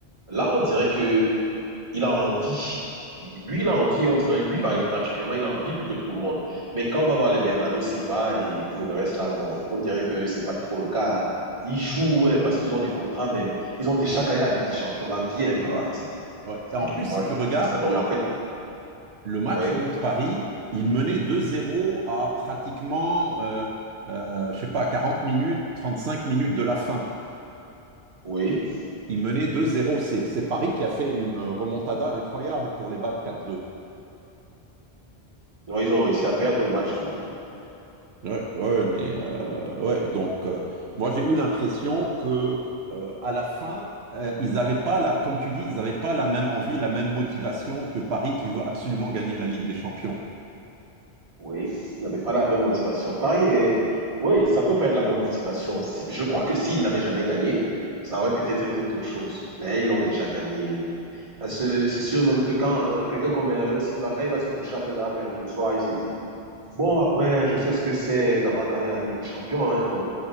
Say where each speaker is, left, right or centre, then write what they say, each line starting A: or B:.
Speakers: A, on the right; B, on the right.
A: Là, on dirait que il a envie. Lui, il a envie, on dirait que lui, par-
B: Ouais.
A: particulièrement, il a envie plus que tout le monde. Mais quand on va voir les Bernardo Silva et tout le reste là, non, on dirait que c'est pas trop le cas. hein. Ils jouent, ouais, parce qu'ils ont des contrats, mais ils ont déjà gagné la Ligue des Champions. L'envie est un peu
B: Ouais.
A: partie.
B: Ouais.
A: C'est-
B: Et en plus,
A: Moi,
B: si
A: je
B: tu
A: pense
B: regardes
A: que c'est ça. Donc, en fait,
B: le match
A: oui,
B: contre Paris, il menait 2-0 à pratiquement, euh, euh, je sais pas, 40 minutes, 35 minutes de la fin.
A: oui.
B: Ils menaient deux zéro. C'est c'est Paris qui a fait une remontada incroyable pour les battre quatre deux.
A: Non, ils ont réussi à perdre le match quand
B: Ouais, ouais, mais euh,
A: même. <laughs>
B: ouais, donc euh, moi j'ai eu l'impression que euh, à la fin, euh, ils n'avaient pas la, comme tu dis, ils n'avaient pas la même envie, la même motivation que Paris qui veut absolument gagner la Ligue des Champions.
A: Oui, vous n'avez pas la même motivation. Pareil, et- oui, ça peut pas être la même motivation. Si- Je crois que s'ils n'avaient jamais gagné, ça aurait peut-être été autre chose. Mais ils l'ont déjà gagné. Parce que C'est sûr même que quand euh, quelqu'un comme Bernardo Silva, quand il va se coucher après avoir perdu le soir, il se dit, Bon, après, je sais ce que c'est d'avoir gagné la Ligue des Champions. hein. donc,